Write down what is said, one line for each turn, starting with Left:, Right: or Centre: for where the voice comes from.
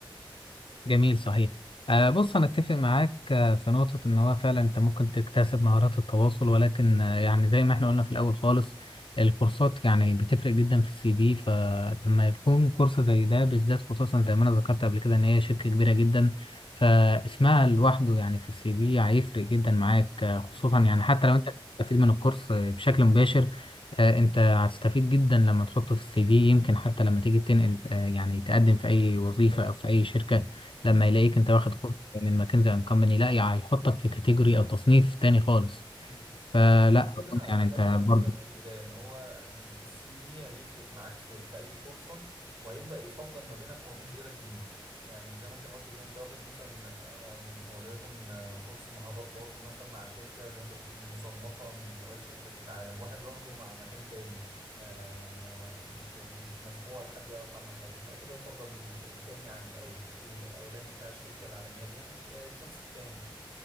Left: جميل صحيح آه، بص أنا أتفق معاك آه، في نقطة إن هو فعلا أنت ممكن تكتسب مهارات التواصل ولكن آه، يعني زي ما إحنا قلنا في الأول خالص الكورسات يعني بتفرق جدا في السي في فلما يكون كورس زي ده بالذات خصوصا زي ما أنا ذكرت قبل كده إن هي شركة كبيرة جدا فاسمها لوحده يعني في السي في هيفرق جدا معاك آه،
Right: مم.
Left: خصوصا يعني حتى لو أنت بتستفيد من الكورس آه، بشكل مباشر آه، انت هتستفيد جدا لما تحطه في السي في يمكن حتى لما تيجي تنقل آه، يعني تقدم في اي وظيفة او في اي شركة
Right: مم.
Left: لما يلاقيك انت واخد كورس من ماكنزي اند كومباني لا يعني هيحطك في كاتيجوري او تصنيف تاني خالص
Right: مم.
Left: فلا
Right: هو دي اللي
Left: اظن
Right: انا
Left: يعني
Right: ده
Left: انت
Right: اللي انا قلت
Left: برضه
Right: لك في البدايه ان هو السي في هيفرق معاك في في اي فرصه وهيبدا يفضل ما بينك وما بين غيرك بيه يعني زي ما انت ما قلت كده انت واخد مثلا آم، وليكن آه، كورس مهارات تواصل مثلا مع شركه زي انت بتقول مصنفه من اوائل الشركات في العالم واحد واخده مع مكان تاني آه، مش مش مسموع ولا حد يعرف عنه حاجه فاكيد هيفضل التاني عن الاول الاولاني بتاع الشركه العالميه دي يعني الشخص التاني